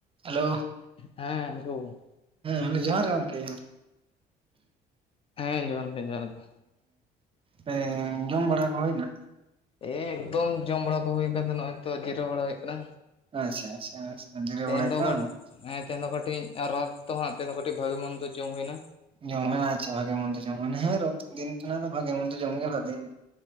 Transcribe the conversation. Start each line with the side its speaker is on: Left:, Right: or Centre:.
Right: Hello
Left: ᱦᱮᱸ ᱜᱳ
Right: ᱦᱮᱸ ᱡᱚᱦᱟᱨ ᱜᱮ ᱜᱚᱢᱠᱮ
Left: ᱦᱮᱸ ᱡᱚᱦᱟᱨ ᱜᱮ, ᱡᱚᱦᱟᱨ ᱜᱮ
Right: ᱦᱮᱸ ᱡᱚᱢ ᱵᱟᱲᱟ ᱠᱚ ᱦᱩᱭᱮᱱᱟ
Left: ᱮᱠᱫᱚᱢ ᱡᱚᱢ ᱵᱟᱲᱟ ᱠᱚ ᱦᱩᱭ ᱠᱟᱱᱛᱮ ᱱᱚᱜᱼᱚᱭ ᱛᱚ ᱡᱤᱨᱟᱹᱣ ᱵᱟᱲᱟ ᱦᱩᱭᱩᱜ ᱠᱟᱱᱟ᱾
Right: ᱟᱪᱪᱷᱟ ᱟᱪᱪᱷᱟ ᱟᱪᱪᱷᱟ ᱡᱤᱨᱟᱹᱣ
Left: ᱛᱮᱦᱮᱧ
Right: ᱵᱟᱲᱟᱭ ᱦᱩᱭᱩᱜ
Left: ᱫᱚ
Right: ᱠᱟᱱᱟ ᱵᱟᱝ?
Left: <inaudible> ᱛᱮᱦᱮᱧ ᱫᱚ ᱠᱟᱹᱴᱤᱡ ᱨᱚᱛᱷ ᱛᱚ ᱦᱟᱸᱜ ᱛᱮᱦᱮᱧ ᱫᱚ ᱠᱟᱹᱴᱤᱡ ᱵᱷᱟᱹᱜᱤ ᱢᱚᱱᱫᱚ ᱡᱚᱢ ᱦᱩᱭᱱᱟ᱾
Right: ᱡᱚᱢ <unintelligible> ᱵᱷᱟᱜᱮ ᱢᱚᱱᱫᱚ ᱡᱚᱢ ᱦᱳᱭᱱᱟ ᱨᱚᱛᱷ ᱫᱤᱱ ᱠᱟᱱᱟ ᱛᱚ ᱵᱷᱟᱜᱮ ᱢᱚᱱᱫᱚ ᱡᱚᱢ ᱜᱮ ᱵᱷᱟᱜᱮᱭᱟ᱾